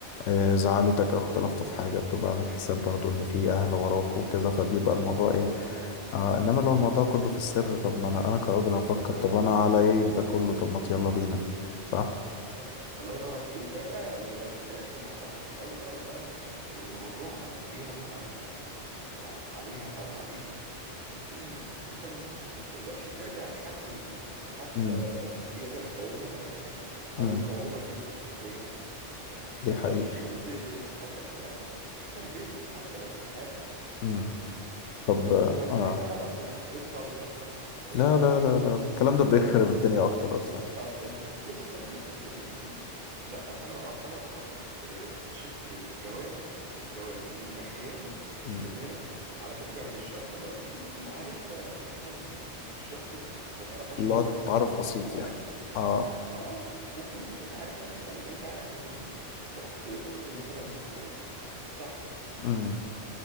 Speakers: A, on the left (about 85°); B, on the right (about 45°).
A: آه، زعلتك أو اختلفتوا في حاجة بتبقى عامل حساب برضه إن في أهل وراك وكذا فبيبقى الموضوع إيه
B: الله ينور عليك
A: آه إنما لو الموضوع كله في السر طب ما أنا أنا كراجل هفكر
B: الله
A: طب
B: ينور
A: أنا
B: عليك
A: على إيه ده كله طب ما يلا بينا صح؟
B: بالظبط الله ينور عليك وفجأة ولو زعلتوا مع بعض او او او والموضوع جه مثلا ع- يعني عليها او عليك ممكن انت ما بت- ما بتقدرش ترجع لحد إن حتى
A: امم
B: يقدر يقومها مثلا او
A: امم
B: يقومك انت شخصيا
A: دي
B: يقدر
A: حقيقة
B: في حد حكم يعني حكم بينكم حتى لو في حاجه
A: امم طب
B: انت فاهم هتقول
A: آه
B: لي بقى اصل صاحبتها وصاحب صاح... وصاحبي
A: لا لا لا لا الكلام
B: انت
A: ده بيخرب
B: فاهم
A: الدنيا أكتر أصلا
B: آه القصه دي القصص دي لا انا انا افضل آه، شكل الجواز الجواز من ناحيتي ادخل
A: امم
B: هنا على فكره مش شرط بقى ممكن تكون عارفها مثلا مش شرط ما تعرفهاش
A: اللي
B: خالص
A: هو تعرف
B: ممكن
A: بسيط
B: تكون عارفها
A: يعني اه
B: اه آه، ممكن تكون عارفها مثلا انت عارف ان دي اخت اخت مثلا آه، صاحبك
A: امم